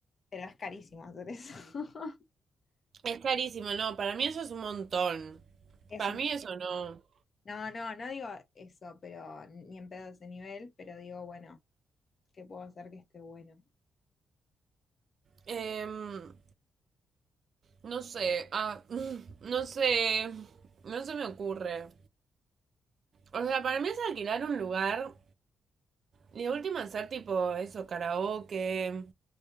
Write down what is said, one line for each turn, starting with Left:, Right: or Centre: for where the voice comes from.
Left: pero es carísimo hacer eso. <laughs>
Right: Es carísimo, no, para mí eso es un montón.
Left: Eso,
Right: Para mí eso no.
Left: no, no, no digo eso, pero ni en pedo ese nivel, pero digo, bueno, ¿qué puedo hacer que esté bueno?
Right: Em, no sé, ah, <laughs> mm, no sé, no se me ocurre. O sea, para mí es alquilar un lugar y de última hacer tipo eso, karaoke